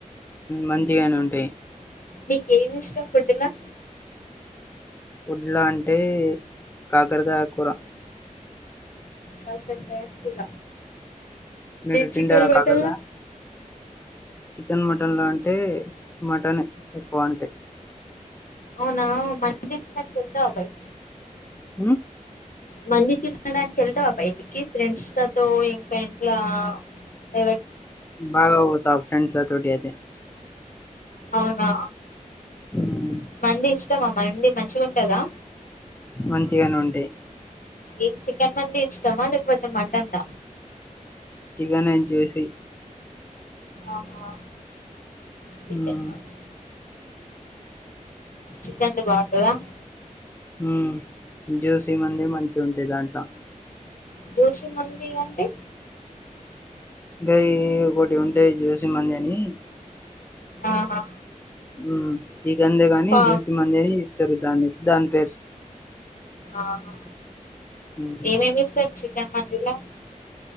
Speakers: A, on the left (about 15°); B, on the left (about 90°).
A: మంచిగానే ఉంటాయి
B: నీకు ఏమి ఇష్టం ఫుడ్ ల
A: ఫుడ్లా అంటే కాకరకాయ కూూర
B: కాకరకాయ్ కూర
A: మీరు
B: చికన్
A: తింటారా
B: మాటన్లో
A: కాకరకాయ చికెన్ మటన్ లో అంటే మటన్ ఎక్కువ అంటే
B: అవునా మంది జల్దా అబయి
A: ఉమ్
B: మంది తినన్ కెల్తవ బయితికి ఫ్రెండ్స్ తతో ఇంకా ఇంట్లా ఎ
A: బాగ బోత ఫ్రెండ్సల తోటి అయితే
B: అవునా
A: ఉమ్
B: మంది ఇష్టమా మంది మంచిగా ఉంటదా
A: మంచిగానే ఉంటాయి
B: ఏం చికెన్ మంది టమాటక్ మొత్తం మటన్ దా
A: చికన్ అండ్ జూసీ.
B: ఆహా చికెన్
A: ఉమ్
B: మటన్ చికెన్ ది బాగుంటందా.
A: ఉమ్ జ్యోసి మంది మంచిగ ఉంటయి దాంట్లా.
B: జూసి మందిగ అంటే.
A: అది ఒకటి ఉంటాయి చూసి మండి అని.
B: ఆహా
A: ఉమ్ చికన్ దే కాని
B: పా
A: జూసి మండి అని ఇస్తారు దాన్ని. దాని పేరు.
B: ఆహా
A: ఉమ్
B: ఏమి ఏమి తీసుకొచ్చిండ్రు. ఏం మందిర్ ల